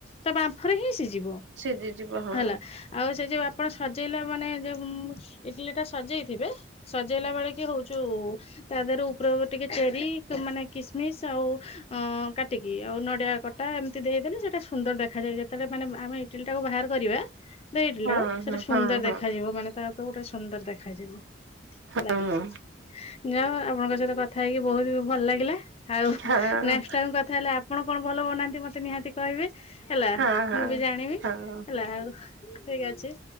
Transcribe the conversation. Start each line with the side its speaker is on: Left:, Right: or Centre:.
Left: ତା ବାମ୍ଫରେ ହିଁ ସିଝିବ।
Right: ସିଝିଯିବ ହଁ।
Left: ହେଲା ଆଉ ସେ ଯୋଉ ଆପଣ ସଜେଇଲେ ମାନେ ଯୋଉ ଇଟିଲି ଟା ସଜେଇଥିବେ ସଜେଇଲା ବେଳେ କି ହୋଊଛୁ ତା ଦେହରେ ଉପରେ ଟିକେ ଚେରି ମାନେ କିସ୍ ମିସ୍ ଆଉ ଅଁ କାଟିକି ଆଉ ନଡିଆ କଟା ଏମିତି ଦେଇଦେଲେ ସେଟା ସୁନ୍ଦର ଦେଖାଯାଏ ଯେତେବେଳେ ମାନେ ଆମେ ଇଟିଲି ଟାକୁ ବାହାର କରିବା। ଦେଇଥିଲେ
Right: ହଁ
Left: ତାକୁ ସେଟା
Right: ହଁ
Left: ସୁନ୍ଦର
Right: ହଁ
Left: ଦେଖାଯିବ
Right: ହଁ
Left: ମାନେ ତାପରେ ଗୋଟେ ସୁନ୍ଦର ଦେଖାଯିବ। ହେଲାକି
Right: ହଁ
Left: ଯାଆହୋଉ ଆପଣଙ୍କ ସହିତ କଥା ହେଇକି ବହୁତ ଭଲ ଲାଗିଲା। ଆଉ
Right: ହଁ
Left: ନେଷ୍ଟେ ଟାଇମ୍ କଥା ହେଲେ ଆପଣ କଣ ଭଲ ବନା ନ୍ତି ମତେ ନିହାତି କହିବେ ହେଲା
Right: ହଁ
Left: ମୁଁ
Right: ହଁ।
Left: ବି ଜାଣିବି
Right: ହଁ
Left: ହେଲା ଆଉ। ଠିକ୍ ଅଛି